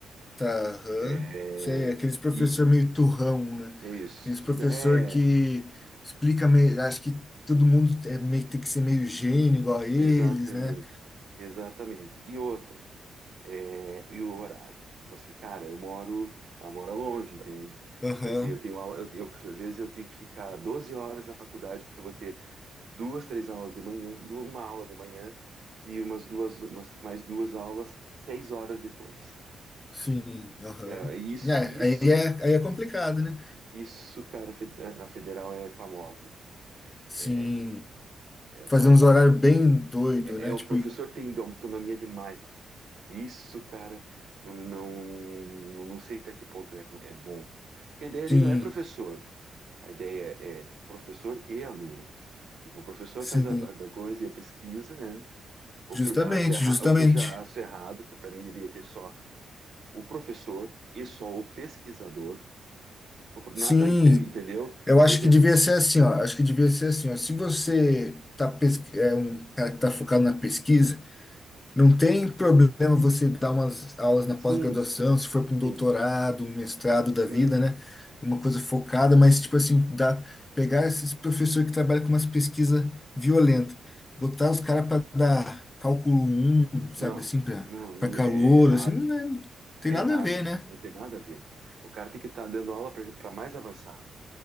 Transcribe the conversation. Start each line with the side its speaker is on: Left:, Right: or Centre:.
Left: Tá, aham.
Right: É,
Left: Sei, aqueles professor
Right: e
Left: meio turrão, né?
Right: é isso.
Left: Aqueles professor
Right: Exa- É,
Left: que explica meio, acho que todo mundo é meio, tem que ser meio gênio igual a eles,
Right: exatamente,
Left: né?
Right: exatamente. E outra. é, e o horário. Ela falou assim, cara, eu moro, ela mora longe, entende?
Left: Aham.
Right: Eu falei assim, eu tenho aula, eu, eu, às vezes eu tenho que ficar 12 horas na faculdade, porque eu vou ter duas, três aulas de manhã, du- uma aula de manhã e umas duas, umas, mais duas aulas, seis horas depois.
Left: Sim, aham.
Right: É, isso,
Left: É,
Right: isso,
Left: aí é, aí é complicado, né?
Right: isso, cara, fe- a federal é famosa. de-
Left: Sim.
Right: é, é, essa,
Left: Fazer uns horários bem doido,
Right: é,
Left: né?
Right: é, o
Left: Tipo,
Right: professor tem autonomia demais lá. Isso, cara, não, não, não sei até que ponto é, é bom. Porque a ideia ali
Left: sim,
Right: não é professor, a ideia é professor e aluno. Tipo, o professor
Left: sim,
Right: faz a, a da coisa e a pesquisa, né? O
Left: justamente,
Right: que eu já acho errado,
Left: justamente.
Right: o que eu já acho errado, que para mim deveria ter só o professor e só o pesquisador. O pro-
Left: Sim,
Right: Nada, impe- entendeu?
Left: eu acho
Right: Por exemplo,
Left: que devia ser assim, ó. Acho que devia ser assim, ó. Se você tá pesqui- é um cara que tá focado na pesquisa, Não tem problema você dar umas aulas na pós-graduação,
Right: sim,
Left: se for para um doutorado,
Right: sim,
Left: um mestrado da
Right: uhum,
Left: vida, né? Uma coisa focada, mas tipo assim, dá, pegar esses professores que trabalham com umas pesquisas violentas, botar os caras para dar cálculo um
Right: não,
Left: sabe assim, para
Right: não,
Left: para calor,
Right: é, é errado,
Left: assim, não, é- não tem
Right: é
Left: nada
Right: errado,
Left: a ver, né?
Right: não tem nada a ver. O cara tem que estar dando aula para mais avançado.